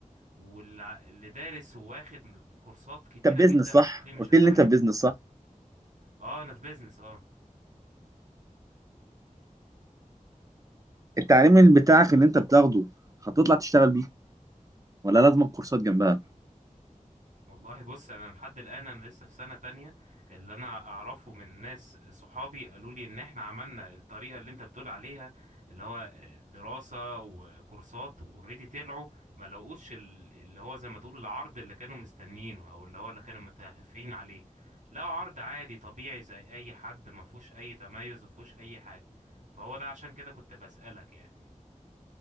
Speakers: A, on the right (about 65°); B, on the right (about 25°).
A: واللي اللي دارس وواخد كورسات كتيرة
B: انت في بيزنس
A: جدا
B: صح
A: مش هتلاقيه مش
B: قلت
A: هيتعين
B: لي ان انت في بيزنس صح
A: اه انا في بيزنس اه
B: التعليم اللي بتاعك اللي انت بتاخده هتطلع تشتغل بيه ولا لازم كورسات جنبها
A: والله بص انا لحد الان انا لسه في سنه تانية اللي انا اعرفه من ناس صحابي قالوا لي ان احنا عملنا الطريقه اللي انت بتقول عليها اللي هو آه، دراسه وكورسات اوريدي طلعوا ما لقوش ال- اللي هو زي ما تقول العرض اللي كانوا مستنيينه او اللي هو اللي كانوا متهافين عليه لقوا عرض عادي طبيعي زي اي حد ما فيهوش اي تميز ما فيهوش اي حاجه فهو ده عشان كده كنت بسالك يعني